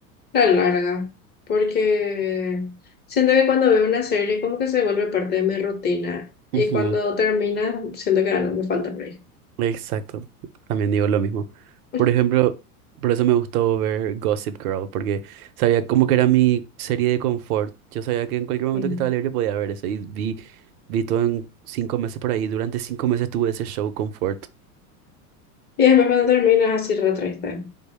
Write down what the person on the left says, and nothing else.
La larga. Porque siento que cuando veo una serie como que se vuelve parte de mi rutina.
Y cuando termina, siento que algo me falta por ahí.
<laughs>
Mm.
Y después cuando termina, así re triste.